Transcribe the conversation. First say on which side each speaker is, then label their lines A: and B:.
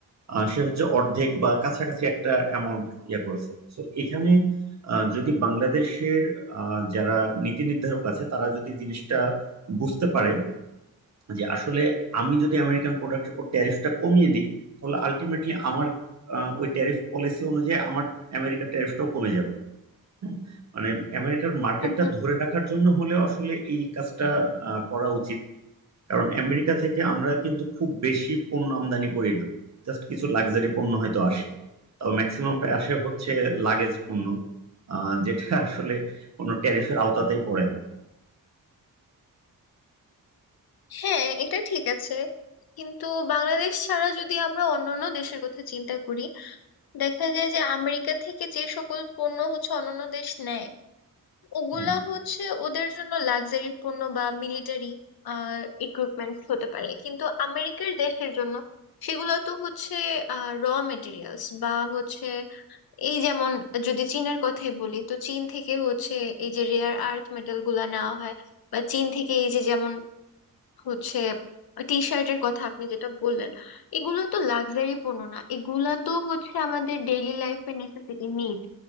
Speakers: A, on the right; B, on the left.
A: আহ, সে হচ্ছে অর্ধেক বা কাছাকাছি একটা অ্যামাউন্ট ইয়ে করেছে তো এখানে আহ, যদি বাংলাদেশের আহ, যারা নীতি নির্ধারক আছে তারা যদি জিনিসটা বুঝতে পারে যে আসলে আমি যদি আমেরিকান প্রোডাক্টের উপর ট্যারিফটা কমিয়ে দিই তাহলে আলটিমেটলি আমার আহ, ওই ট্যারিফ পলিসি অনুযায়ী আমার আমেরিকার ট্যারিফটাও কমে যাবে হ্যাঁ মানে আমেরিকার মার্কেটটা
B: হুম হুম।
A: ধরে রাখার জন্য হলেও আসলে এই কাজটা আহ, করা উচিত কারণ আমেরিকা থেকে আমরা কিন্তু খুব বেশি পণ্য আমদানি করি না জাস্ট কিছু লাক্সারি পণ্য হয়তো আসে তাও ম্যাক্সিমামটা আসে হচ্ছে লাগেজ পণ্য আহ, যেটা আসলে কোনো ট্যারিফের আওতাতেই পড়ে না
B: হ্যাঁ এটা ঠিক আছে কিন্তু বাংলাদেশ ছাড়া যদি আমরা অন্যান্য দেশের কথা চিন্তা করি দেখা যায় যে আমেরিকা থেকে যে সকল পণ্য হচ্ছে অন্যান্য দেশ নেয় ওগুলা
A: হ্যাঁ
B: হচ্ছে ওদের জন্য লাক্সারি পণ্য বা মিলিটারি ইকুইপমেন্টস হতে পারে কিন্তু আমেরিকার দেশের জন্য সেগুলো তো হচ্ছে র মেটেরিয়ালস বা হচ্ছে এই যেমন যদি চীনের কথাই বলি তো চীন থেকে হচ্ছে এই যে রেয়ার আর্থ মেটাল গুলা নেওয়া হয় বা চীন থেকে এই যে যেমন হচ্ছে টি শার্টের কথা আপনি যেটা বললেন এগুলো তো লাক্সারি পণ্য না এগুলা তো হচ্ছে আমাদের ডেইলি লাইফে নেসেসিটি নিড